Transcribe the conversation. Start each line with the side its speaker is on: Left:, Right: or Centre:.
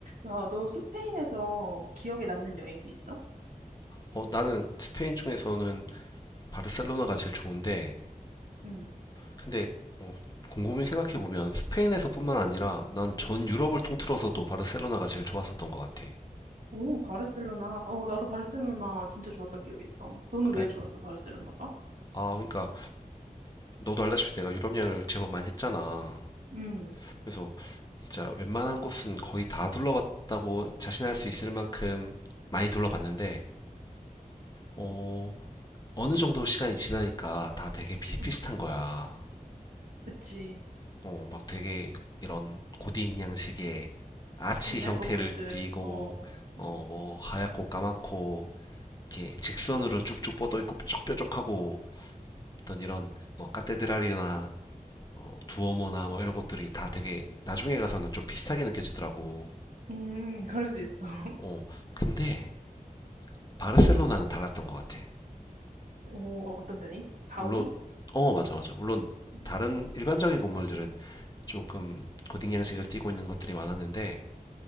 Right: 야, 너 스페인에서 기억에 남는 여행지 있어?
Left: 어, 나는 스페인 중에서는 바르셀로나가 제일 좋은데,
Right: 응.
Left: 근데 어, 곰곰이 생각해보면 스페인에서뿐만 아니라 난 전 유럽을 통틀어서도 바르셀로나가 제일 좋았었던 것 같아.
Right: 오, 바르셀로나. 어, 나도 바르셀로나 진짜 좋았던 기억이 있어. 너는
Left: 그래?
Right: 왜 좋았어, 바르셀로나가?
Left: 아, 그러니까 너도 알다시피 내가 유럽 여행을 제법 많이 했잖아.
Right: 응.
Left: 그래서 진짜 웬만한 곳은 거의 다 둘러봤다고 자신할 수 있을 만큼 많이 둘러봤는데, 어, 어느 정도 시간이 지나니까 다 되게 비슷비슷한
Right: 응.
Left: 거야.
Right: 그치.
Left: 어, 막 되게 이런 고딩 양식의 아치
Right: 옛날
Left: 형태를
Right: 건물들,
Left: 띠고,
Right: 어,
Left: 어,
Right: 음,
Left: 뭐 하얗고 까맣고, 이렇게 직선으로 쭉쭉 뻗어 있고 뾰족뾰족하고 어떤 이런 뭐 카테드랄이나 어, 두오모나 뭐 이런 것들이 다 되게 나중에 가서는 좀 비슷하게 느껴지더라고.
Right: 음, 그럴 수 있어. <laughs>
Left: 어, 근데 바르셀로나는 달랐던 것 같아.
Right: 오, 어떤 면이? 가우디?
Left: 물론, 어, 맞아, 맞아. 물론
Right: 음.
Left: 다른 일반적인 건물들은 조금 고딩 양식을 띠고 있는 것들이 많았는데,